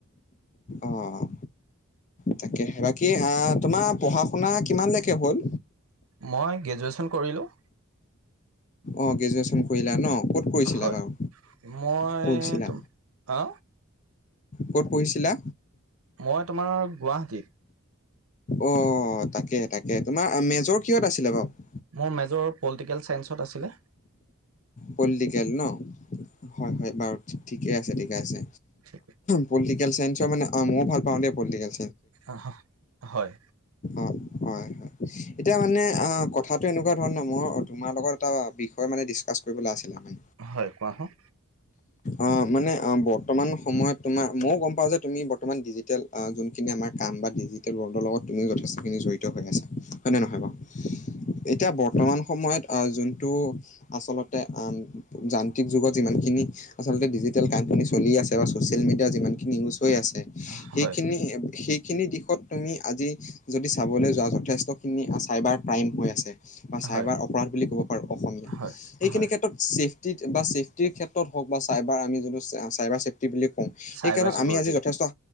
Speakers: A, on the left; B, on the right.
A: অ', তাকেহে। বাকী আ তোমাৰ পঢ়া-শুনা কিমানলৈকে হ'ল?
B: মই গ্ৰেজুৱেশ্যন কৰিলোঁ।
A: অ', গ্ৰেজুৱচন কৰিলা ন। ক'ত কৰিছিলা
B: হয়।
A: বাৰু
B: মই
A: পঢ়িছিলা
B: তো-হা?
A: ক'ত পঢ়িছিলা?
B: মই তোমাৰ গুৱাহাটীত।
A: অ', তাকে তাকে। তোমাৰ মেজৰ কিহত আছিলে বাৰু?
B: মোৰ মেজৰ পলটিকেল চাইন্সত আছিলে।
A: পলটিকেল ন। হয় হয়। বাৰু, ঠিকেই আছে ঠিকে আছে।
B: ঠিক
A: পলটিকেল চাইন্সৰ মানে ময়ো ভাল পাওঁ দে পলটিকেল
B: অহ, হয়।
A: অঁ হয় হয়। এতিয়া মানে অ', কথাটো এনেকুৱা ধৰণৰ মই তোমাৰ লগত এটা বিষয় মানে ডিচকাচ কৰিবল আছিলে মান।
B: হয়, কোৱাচোন।
A: অ', মানে অ', বৰ্তমান সময়ত তোমাৰ ময়ো গম পাওঁ যে তুমি বৰ্তমান ডিজিটেল যোনখিনি আমাৰ কাম বা ডিজিটেল ৱৰ্ল্ডৰ লগত তুমিও যথেষ্টখিনি জড়ি ত হৈ আছা হয় নে নহয় বাৰু? এতিয়া বৰ্তমান সময়ত আহ যোনটো আচলতে আম যান্ত্ৰিক যুগত যিমানখিনি আচলতে ডিজিটেল কামখিনি চলি আছে বা ছ'চিয়েল মিডিয়াৰ যিমানখিনি ইউজ হৈ আছে
B: হয়
A: সেইখিনি সেইখিনি দিশত তুমি আজি যদি চাবলৈ যোৱা যথেষ্টখিনি চাইবাৰ ক্ৰাইম হৈ আছে। বা
B: হয়
A: চাইবাৰ অপৰাধ বুলি ক'ব পাৰো অসমীয়া।
B: হয়
A: এইখিনি
B: হয়
A: ক্ষেত্ ত ছেফটিত বা ছেফটিৰ ক্ষেত্ৰত হওক বা চাইবাৰ আমি যোনটো চাইবাৰছে টি বুলি কওঁ।
B: চাইবাৰ
A: সেইকাৰণ
B: চিকিউৰিটি
A: আমি আজি যথেষ্ট